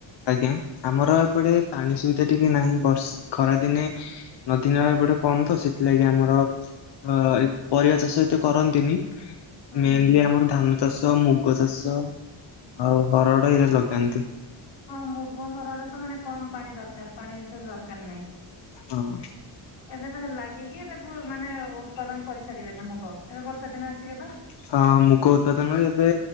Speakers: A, on the left; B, on the left.
A: ଆଜ୍ଞା, ଆମର ଏପଟେ ପାଣି ସୁବିଧା ଟିକେ ନାହିଁ ବର୍ଷ ଖରା ଦିନେ ନଦୀ ନାଳ ଏପଟେ କମ ତ ସେଥିଲାଗି ଆମର ଅ ପରିବା ଚାଷ ଏତେ କରନ୍ତିନି।
B: ହୁଁ
A: ମେନ୍ଲି
B: ହୁଁ
A: ଆମର ଧାନ ଚାଷ ମୁଗ ଚାଷ ଆଉ ହରଡ଼ ଏଇରା ଲଗାନ୍ତି।
B: ହଁ ମୁଗ ହରଡ ତ ମାନେ କମ ପାଣି ଦରକାର ପାଣି ବିଶେଷ ଦରକାର ନାହିଁ।
A: ହଁ।
B: ଏବେ ତ ଲାଗିକି ତାକୁ ମାନେ ଉତ୍ପାଦନ କରିସାରିବେନି ମୁଗ, ଏବେ ବର୍ଷା ଦିନ ଆସିକି ତ
A: ହଁ ମୁଗ ଉତ୍ପାଦନ ଏବେ